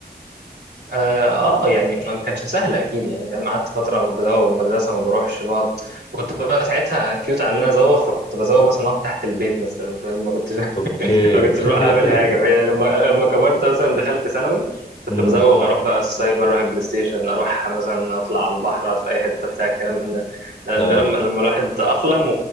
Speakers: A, on the right (about 75°); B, on the left (about 35°).
A: اه آه، يعني ما كانش سهل اكيد يعني فاهم قعدت فتره بزوغ من المدرسه ما بروحش بقعد كنت بقى ساعتها كيوت على ان انا ازوغ فكنت بزوغ مثلا اقعد تحت البيت مثلا فاهم ما كنتش <laughs>
B: اوكي
A: ما كنتش
B: <laughs>
A: بروح اعمل حاجه فاهم لما لما كبرت مثلا دخلت ثانوي كنت
B: امم
A: بزوغ اروح بقى السايبر اروح البلاي ستيشن اروح مثلا اطلع على البحر اقعد في اي حته بتاع الكلام ده ده
B: اه
A: لما لما الواحد اقلم